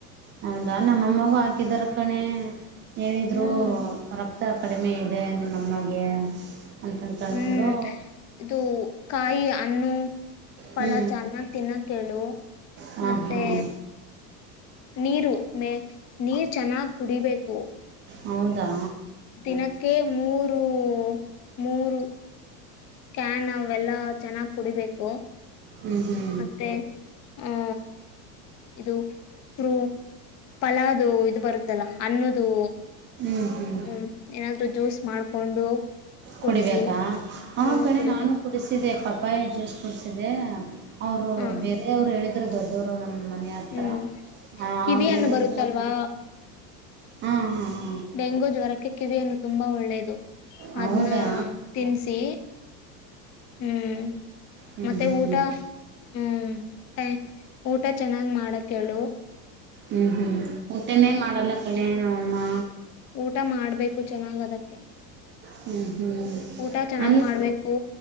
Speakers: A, on the right; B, on the left.
A: ಹೌದಾ ನಮ್ಮಮ್ಮಗೂ ಹಾಕಿದರ ಕಣೆ ಹೇಳಿದ್ರು
B: ಹ್ಮ್
A: ರಕ್ಕ. ಮತ್ತು ರಕ್ತ ಕಡಿಮೆ ಇದೆ ನಿಮ್ಮಮ್ಮಗೆ ಅಂತಂತಂದರು.
B: ಹ್ಮ್ ಇದು ಕಾಯಿ ಹ್ಣ. ಫಲ
A: ಹ್ಞೂ
B: ಚೆನ್ನಾಗ ತಿನ್ನಕ ಹೇಳು
A: ಹಾಂ
B: ಮತ್ತೆ.
A: ಹಾಂ
B: ನೀರು ಮೇ ನೀರ್ ಚೆನ್ನಾಗ್ ಕುಡಿಬೇಕು.
A: ಹೌದಾ.
B: ದಿನಕ್ಕೆ ಮೂರು ಮೂರು. ಕ್ಯಾನ್ ಅವೆಲ್ಲಾ ಚೆನ್ನಾಗ್ ಕುಡಿಬೇಕು.
A: ಹ್ಞೂ ಹ್ಞೂ
B: ಮತ್ತೆ ಆ. ಇದು ಪೂ ಫಲಾವದು ಇದು ಬರುತ್ತಲ್ಲ ಅನ್ನದು
A: ಹ್ಮ್ ಹ್ಮ್
B: ಹ್ಮ್ ಏನಾದ್ರು ಜ್ಯೂಸ್ ಮಾಡ್ಕೊಂಡು
A: ಕುಡಿಬೇಕಾ
B: ಕುಡ್ಸಿ
A: ಆ
B: ಹ್ಮ್
A: ಕಣೆ
B: ಕುಡಿಬೇಕು
A: ನಾನು ಕುಡಿಸಿದೆ ಪಪ್ಪಾಯಿ ಜ್ಯೂಸ್ ಕುಡಿಸಿದೆ ಅವರು
B: ಹ
A: ಬೇರೆಯವ್ರು ಹೇಳಿದ್ರು ದೊಡ್ಡವರು ನಮ್ಮ ನ ಮನೆ ಹತ್ರಿ
B: ಹ್ಮ್
A: ಅವ್ರು
B: ಕಿವಿಯನ್ನು
A: ಹೇಳಿದರು
B: ಬರುತ್ತಲ್ವಾ
A: ಹಾಂ ಹಾಂ ಹಾಂ
B: ಡೆಂಗೂ ಜ್ವರಕ್ಕೆ ಕಿವಿ ಹಣ್ಣು ತುಂಬಾ ಒಳ್ಳೆಯದು
A: ಹೌದಾ
B: ಅದನ್ನ ತಿನ್ನಿಸಿ ಹ್ಮ್
A: ಹ್ಞೂ
B: ಮತ್ತೆ
A: ಹ್ಞೂ
B: ಊಟಾ ಹ್ಮ ಊಟಾ ಚೆನ್ನಾಗ್ ಮಾಡಹೇಳು
A: ಹ್ಮ್ ಹ್ಮ್ ಊಟನೇ ಮಾಡಲ್ಲ ಕಳೆ ನಮಮ್ಮ
B: ಊಟಾ ಮಾಡ್ಬೇಕು ಚೆನ್ನಾಗ್ ಅದಕ್ಕೆ
A: ಹ್ಮ್ ಹ್ಮ್
B: ಊಟಾ ಚೆನ್ನಾಗ್
A: ಅಲ್ಲಿ
B: ಮಾಡ್ಬೇಕು